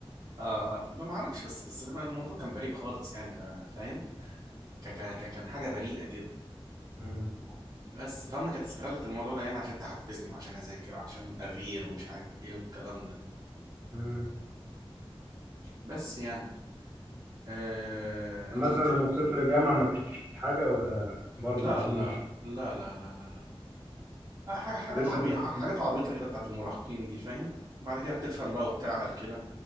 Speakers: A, on the right; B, on the right.
A: اه آه، ما اعرفش بس بس الموضوع كان بريء خالص يعني فا- فاهم كان كان كان حاجه بريئه كده
B: مم.
A: بس فامي كانت استغلت الموضوع ده يعني عشان تحفزني وعشان اذاكر وعشان اغير ومش عارف ايه والكلام ده
B: مم.
A: بس يعني آه... انت
B: مثلا
A: كنت
B: لما وصلت للجامعة ما فيش حاجة ولا برضه
A: لا
B: سني
A: لا
B: <laughs>
A: لا لا لا لا لا آه، حاجة- حاجات
B: لسه
A: عبيطة
B: ما كنت-
A: حاجات عبيطة كده بتاعت المراهقين دي فاهم بعد كده بتفهم بقى وبتعقل كده